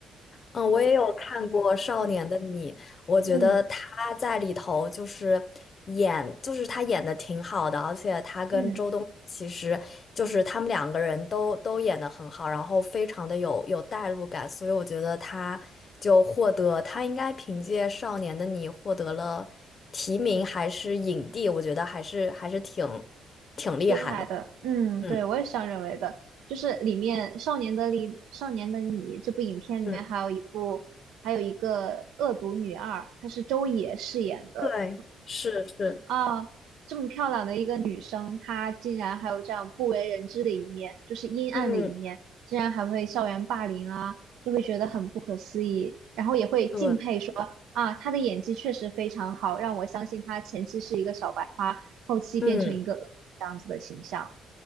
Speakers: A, on the left; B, on the right.
A: 嗯，我也有看过《少年的你》，我觉得他在里头就是演，
B: 嗯
A: 就是他演的挺好的，而且他跟周冬雨其实就是他们两个人都都演的很好，
B: 嗯。
A: 然后非常的有有代入感，所以我觉得他就获得他应该凭借《少年的你》获得了提名还是影帝，我觉得还是还是挺挺厉害的。
B: 厉害的，嗯，
A: 嗯
B: 对，我也是这样认为的。就是里面《少年的你》《少年的你》这部影片里面还有一部，
A: 嗯，
B: 还有一个恶毒女二，她是周也饰演的
A: 对，是是，
B: 啊。这么漂亮的一个女生，她竟然还有这样不为人知的一面，就是阴暗的一面，
A: 嗯，
B: 竟然还会校园霸凌啊，就会觉得很不可思议，然后也会敬佩说啊，
A: 对，
B: 她的演技确实非常好，让我相信她前期是一个小白花，后期变成一个恶女这样子的形象。
A: 嗯。